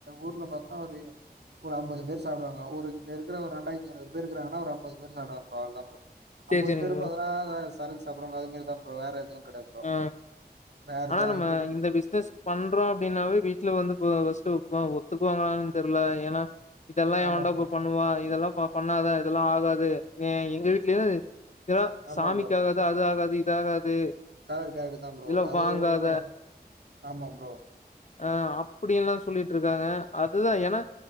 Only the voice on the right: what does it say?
ஊர்ல பாத்தன்னா ஒரு ஒரு அம்பது பேர் சாப்டுவாங்க ஒரு இங்க இருக்க ஒரு ரெண்டாயிரத்தி ஐநூறு பேரு இருக்கிறாங்கனா ஒரு அம்பது பேர் சாப்டுவாங்க ப்ரோ அவ்ளதா ப்ரோ
அம்பது
பேரு
பாத்தனா சரக்கு சாப்புடுறவங்க அதுமாரிதா ப்ரோ வேற எதுவும் கிடையாது ப்ரோ.
ரேர்
தான்
இப்ப
ஆமா
ப்ரோ
ஆமா
கரட்டு கரட்டு தா ப்ரோ
அது
உண்மதா ஆமா ப்ரோ